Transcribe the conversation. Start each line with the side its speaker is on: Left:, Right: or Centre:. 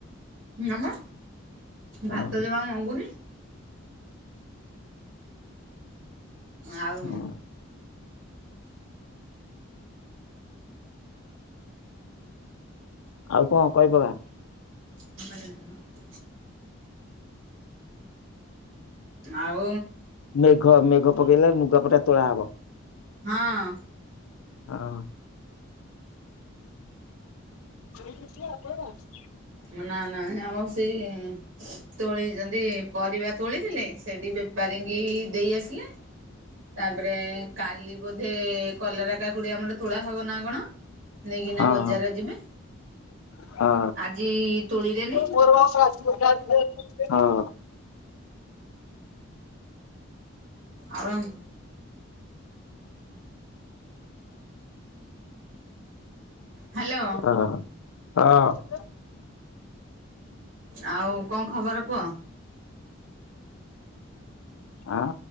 Right: ନାମ
Left: ହଁ
Right: ଭାତ ଜମା ମଗୁନି। ଆଉ
Left: ହଁ ଆଉ କଣ କଇପକା?
Right: <unintelligible> ଆଉ
Left: ମେଘ ମେଘ ପକେଇଲା ଲୁଗା ପଟା ତୋଳା ହବ।
Right: ହଁ।
Left: ହଁ। ଶୋଇକି ଉଠିଲେ ଗଧେଇବ।
Right: ନା ନା ଆମର ସେଇ ତୋଳିଛନ୍ତି ପରିବା ତୋଳି ଥିଲେ। ସେଇଠି ବେପାରୀ କି ଦେଇ ଆସିଲେ। ତାପରେ କାଲି ବୋଧେ କଲରା କାକୁଡି ଆମର ତୁଳା ହବ ନା କଣ? ନେଇକିନା
Left: ହଁ
Right: ବଜାରରେ ଯିବେ
Left: ହଁ
Right: ଆଜି ତୋଳିରେନି।
Left: <unintelligible>
Right: ଆରାମ। ହାଲୋ।
Left: ହଁ ହଁ ହଁ।
Right: ଆଉ କଣ ଖବର କୁଅ?
Left: ଆଁ।